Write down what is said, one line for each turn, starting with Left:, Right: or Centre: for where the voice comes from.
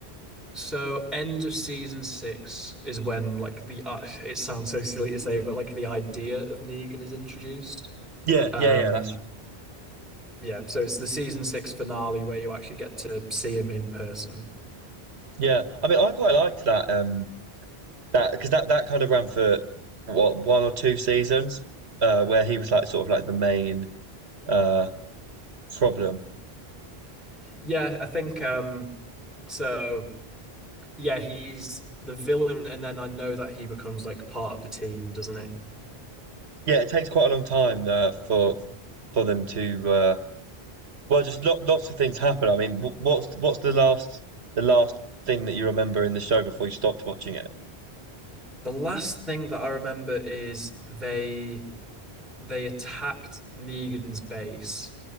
Centre: so. End of season six is when like the uh, it sounds so silly to say, but like the idea of Negan is introduced.
Right: Yeah,
Centre: Um,
Right: yeah, yeah. That's
Centre: yeah, so it's the season six finale where you actually get to see him in person.
Right: yeah. I mean, I quite liked that. Um, That because that that kind of ran for what one or two seasons, uh, where he was like sort of like the main uh problem.
Centre: Yeah, I think um, so. Yeah, he's the villain, and then I know that he becomes like part of the team, doesn't he?
Right: Yeah, it takes quite a long time uh, for for them to uh, well, just lo lots of things happen. I mean, wh- what's what's the last the last thing that you remember in the show before you stopped watching it?
Centre: The last thing that I remember is they they attacked Negan's base,